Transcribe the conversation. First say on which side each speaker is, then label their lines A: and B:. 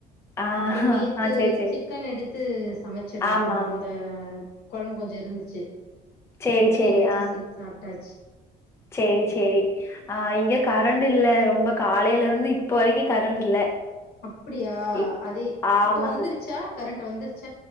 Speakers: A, on the left; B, on the left.
A: ஆ
B: அப்புறோ நேத்து
A: ஆ சேரி சேரி
B: சிக்கன் எடுத்து சமச்சிருந்தோ
A: ஆமா ஆமா
B: அந்த கொழம்பு கொஞ்சோ இருந்துச்சு
A: சேரி
B: அதையு
A: சேரி
B: வச்சு
A: ஆ
B: சேத்து சாப்ட்டாச்
A: சேரி சேரி அ இங்க கரண்ட் இல்ல ரொம்ப காலையில இருந்து இப்போ வரைக்கு கரண்ட் இல்ல
B: அப்டியா
A: இப்
B: அதே
A: ஆமா
B: இப்ப வந்துருச்சா கரண்ட் வந்துருச்